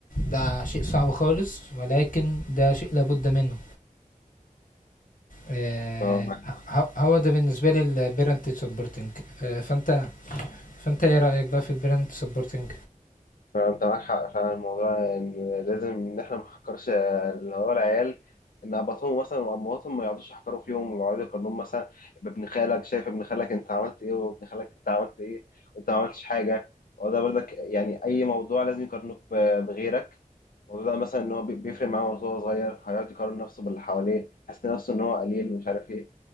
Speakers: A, on the left (about 70°); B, on the left (about 85°).
A: ده شيء صعب خالص ولكن ده شيء لابد منه آه
B: اه معاك حق
A: ه- هو ده بالنسبة لي البيرنت سبورتنج آه فانت فانت ايه رأيك بقى في البيرنت سبورتنج
B: فعلا، انت معاك حق فعلا الموضوع ان لازم ان احنا ما نحكرش آه، اللي هو العيال ان اباطهم مثلا وامهاتهم ما يقعدوش يحكروا فيهم ويقعدوا يقارنوهم مثلا بابن خالك شايف ابن خالك انت عملت ايه وابن خالك انت عملت ايه وانت ما عملتش حاجه وده برضك يعني اي موضوع لازم يقارنوك ب- بغيرك الموضوع ده مثلا ان هو بي- بيفرق معاه وهو صغير هيقعد يقارن نفسه باللي حواليه حاسس نفسه ان هو قليل ومش عارف ايه